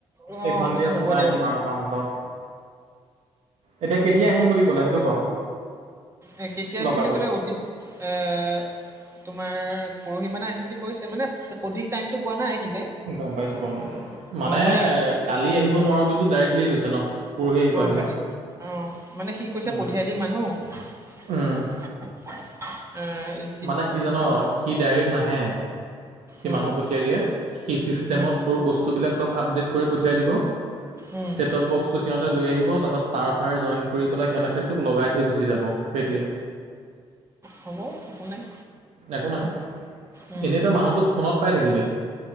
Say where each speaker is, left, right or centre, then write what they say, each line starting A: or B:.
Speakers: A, on the right; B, on the right.
A: অ',
B: এইখন
A: পিছে
B: দিয়ে
A: হ'ব
B: চলাই
A: দিয়া
B: নিম
A: বোলো।
B: আৰু কামটো। এতিয়া কেতিয়া আহিম বুলি ক'লে সেইটো ক?
A: এ কেতিয়া আহিম
B: লগাবলৈ
A: বুলি ক'লে অতীত এ এ এ এ তোমাৰ পৰহি মানে আহিম বুলি কৈছে মানে সঠিক টাইমটো কোৱা নাই সিহঁতে
B: গম পাইছোঁ গম পাইছোঁ। মানে
A: অ', মই
B: কালি আহিব নোৱাৰোঁ বুলিটো ডাইৰেক্টলি কৈছে ন। পৰহি আহিব
A: অহ
B: আহিলে
A: কালি, অহ, মানে সি কৈছে
B: উম
A: পঠিয়াই দিম মানুহ। টুং টাং টাং
B: উম।
A: উম আ আ ই ই
B: মানে কি জান সি ডাইৰেক্ট নাহে। সি
A: উম,
B: মানুহ পঠিয়াই দিয়ে। সি চিষ্টেমত
A: উম,
B: তোৰ বস্তুবিলাক চব আপডেট কৰি পঠিয়াই দিব
A: উম,
B: ছেটপ-বক্সটো সিহঁত তাই লৈ আহিব তাৰ পাছত তাৰ-চাৰ জয়েন কৰি পেলাই সিহঁতে খেলটোক লগাই থৈ গুচি যাব সেইটোৱে।
A: হ'ব, একো নাই।
B: একো নাই,
A: উম,
B: এনেই তই মানুহটোক ফোনত পাই থাকিবি।